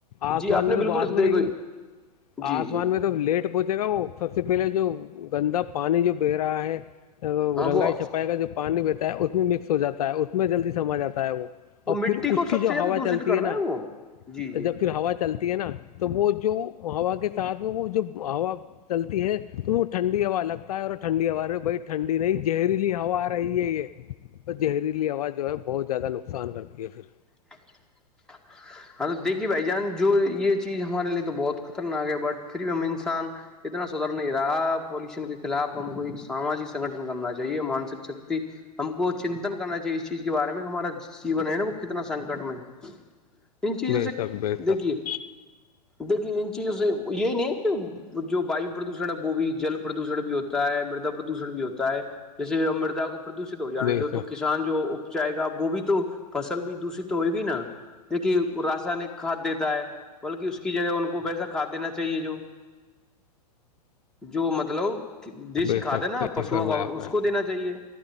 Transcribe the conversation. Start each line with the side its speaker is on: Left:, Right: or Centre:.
Left: آسمان
Centre: جی آپ
Left: نے تو
Centre: بالکل
Left: بعد میں
Centre: دیکھو
Left: لیکن
Centre: جی
Left: آسمان
Centre: جی
Left: میں تو لیٹ پہنچے گا وہ سب سے پہلے جو گندا پانی جو ب رہا ہے
Centre: ہاں
Left: رنگائی
Centre: وہ
Left: چھپائی کا جو پانی بیتا ہے اس میں مکس ہو جاتا ہے اس میں جلدی سما جاتا ہے وہ اور
Centre: مٹی
Left: پھر اس
Centre: کو سب
Left: کی جو
Centre: سے زیادہ
Left: ہوا
Centre: دشت
Left: چلتی
Centre: کرتا
Left: ہے نا
Centre: وہ جی جی
Left: جب پھر ہوا چلتی ہے نا تو وہ جو ہوا کے ساتھ میں وہ جو ہا چلتی ہے تو وہ ٹھنڈی ہوا لگتا ہے اور ٹھنڈی ہوا بھائی ٹھڈی نہیں زہریلی ہوا آ رہ رہی ہے یہ زہریلی آواز جو ہے بہت زیادہ نقصان کرتی ہے پھر
Centre: <unintelligible> ہاں تو دیکھیے بھائی جان جو یہ چیز ہمارے لیے تو بہت خطرناک ہے بٹ پھر بھی ہم انسان اتنا سدھر نہیں رہا پولوشن کے خلاف ہم کو ایک ساماجک سنگھن کرنا چاہیے مانسک شکتی ہم کو چنتن کرنا چاہیے اس چیز کے بارے میں ہمارا جیون ہے نا وہ کتنا سنکٹ میں ان چیزوں
Left: بے
Centre: سے
Left: شک بے
Centre: دیکھیے
Left: شک
Centre: دیکے ان چیزوں سے یہ نہیں ہے کہ جو وایو پردوشن ہے وہ بھی جل پردوشن بھی ہوتا ہے مردا پردوشن بھی ہوتا ہے جیسے مردا کو پردوشت ہو جانے
Left: بے
Centre: تو
Left: شک
Centre: تو کسان جو اپچائے گا وہ بھی تو فصل فل بھی دشت تو ہوئے گی نا دیک کہ راسانک کھاد دیتا ہے بلکہ اس کی جگہ ان کو ویسا کھاد دینا چاہیے جو جو مطلب دیسیی
Left: بے
Centre: کھاد
Left: شک
Centre: ہے نا
Left: صحیح
Centre: پشوؤ
Left: فرمایا
Centre: کا
Left: آپ
Centre: اس
Left: نے
Centre: کو دینا چاہیے